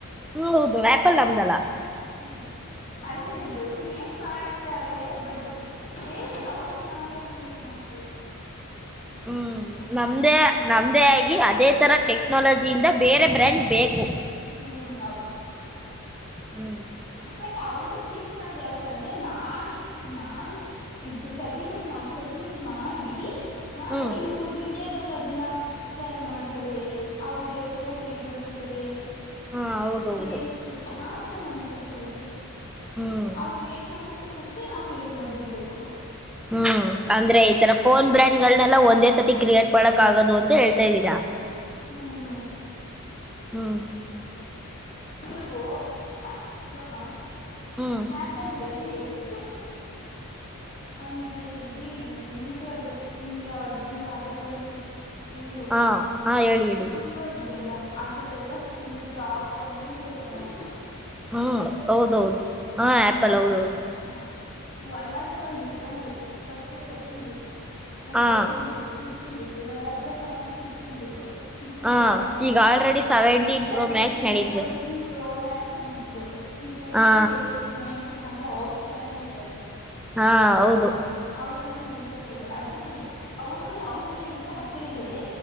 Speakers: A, in the centre; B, on the left.
A: ಹ್ಮ್ ಹೌದು ವ್ಯಾಪಲ್ ನಮ್ದಲ್ಲಾ
B: ಹ್ಮ್ ಅದೇನ ಇಲ್ದು ಕ್ರಿಯೇಟ್ ಮಾಡ್ತಾರೆ ಬಟ್ ವೇಷ್ಟ ಅವ್ರ ನಾವ ಯಾಕ್ ಯೂಸ್ ಮಾಡ್ಬೇಕು
A: ಹ್ಮ್
B: ಆತರ
A: ನಮ್ದೇ ನಮ್ಮದೇ ಆಗಿ ಅದೇ ಥರ ಟೆಕ್ನಾಲಜಿಯಿಂದ ಬೇರೆ ಬ್ರ್ಯಾಂಡ್ ಬೇಕು
B: ಹ್ಮ್ ಹೌದು
A: ಹ್ಮ್
B: ಬಟ್ ಅವ್ರ ಥಿಂಕ್ ಮಾಡದ್ ಯಾವತರ ಅಂದ್ರೆ ನಾನ್ ನಾನ್ ಇದು ಸರ್ಕಟ್ ಸರ್ಕಲೇಟ್ ಮಾಡಿ ಆಮೇಲೆ
A: ಹ್ಮ್
B: ಇ ಇಂಡಿಯ ರು ಅದನ್ನ ಟ್ರೈನ್ ಮಾಡ್ತಾರೆ ಅವ್ರು ಬೇರೆ ತರ ಕ್ರಿಯೇಟ್ ಮಾಡ್ಕೋತಾರೆ
A: ಹಾ ಹೌದೌದು
B: ಎಷ್ಟು ಆತರ ಮೈಂಡ್ಸೆಟ್ ಬರುತ್ತೆ
A: ಹ್ಮ್
B: ಅವ ಕ್ರಿಯೇಟ್ ಮಾಡಕಿಂತ ಫಸ್ಟೇ ನಾವು ಕ್ರಿಯೇಟ್ ಮಾಡಿಬಿಡ್ಬೇಕು
A: ಹ್ಮ್ ಅಂದ್ರೆ ಈ ತರ ಫೋನ್ ಬ್ರ್ಯಾಂಡ್ಗಳನೆೆಲ್ಲ ಒಂದೇ ಸತಿ ಕ್ರಿಯೇಟ್ ಮಾಡಕ್ ಆಗೋದು ಅಂತ ಹೇಳ್ತಾ ಇದ್ದೀರಾ
B: ಹ್ಮ್
A: ಹ್ಮ್
B: ಇಗೋ ಇವಾಗ
A: ಹ್ಮ್
B: ಹಾ ಪಂದಿದ್ದ ಅದುಲ್ಲಿ ಎಷ್ಟು ಅಂದ್ರೆ ಇಡೀ ಇಂಡಿಯ ಇಂಡಿಯಾ ಅಂದ್ರೆ ಅದರ್ ಕಂಟ್ರೀಸ್ ಇಬೋದು
A: ಹಾ ಹಾ ಹೇಳಿ ಹೇಳಿ
B: ತುಂಬ ಇದೆಯಲ್ಲಾ ಅದಲ್ಲೆಲ್ಲ ಫುಲ್ ಟಾಪ್ ಒನ್ನಳಿದೆವಾಗ ಹ <unintelligible>
A: ಹ್ಮ್ ಹೌದೌದು ಹಾ ಆಪಲ್ ಹೌದೌದು
B: ಹ ಒಂದ ಅವರ್ನೇ ಒಂದ್ ಬಿಡ್ತಾನ ಇದ್ರೆ ಫಸ್ಟ್ ತರ್ಟಿನ್ ಬಿಟ್ರು ಒಂದು
A: ಹಾ
B: ಫೋರ್ಟನ್ ಬಿಟ್ರು ಫಿಫ್ಟೀನ್ ಬಿಟ್ರು ಇವಾಗಲ್ಲ ಅದೆಲ್ಲ ಶ್ಟಾಪ್ ಮಾಡಿ ಸಿಕ್ಸ್ಟೀನ್ ಬಿಟ್ರು ಸಿಕ್ಟೀನ್
A: ಹಾ
B: ಪ್ರೋ ಮ್ಯಾಕ್ಸ್
A: ಈಗ
B: ಬಿಟ್ರು
A: already seventeen
B: seventeen
A: pro max ನಡೀತಿದೆ
B: ಸೆವೆಂಟೀನ್ ಪ್ರೋ ಮ್ಯಾಕ್ಸ್ ಬಿಟ್ರು ಈಗ ನೆಕ್ಸ್ಟ್
A: ಹಾ
B: ಏತಿ ನೈನ್ಟ ಹಗೆ ಹೋಗ್ತಾನೆ ಇರ್ತಾನ
A: ಹಾ ಹೌದು
B: ಅವರುನಂತ ನಿಲ್ಸಕಗಲ್ಲ ಅದನ್ನೇ ಹೇಳಿದ್ದು ಅವರು ಅವರು ಇನ್ನ ಇಂಪ್ರೂವ್ ಹಾಕ್ತಾನನೆ ಇದ್ರೆ